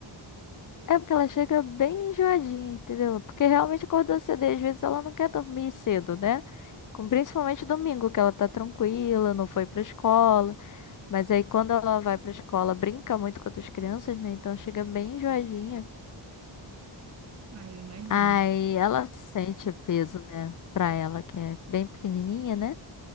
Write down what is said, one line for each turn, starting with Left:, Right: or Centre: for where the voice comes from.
Left: É porque ela chega bem enjoadinha, entendeu? Porque realmente acordou cedo e às vezes ela não quer dormir cedo, né? Com, principalmente domingo, que ela tá tranquila, não foi pra escola. Mas aí quando ela vai pra escola, brinca muito com outras crianças, né? Então chega bem enjoadinha.
Right: Ah, eu imagino.
Left: Aí ela sente o peso, né? Pra ela, que é bem pequenininha, né?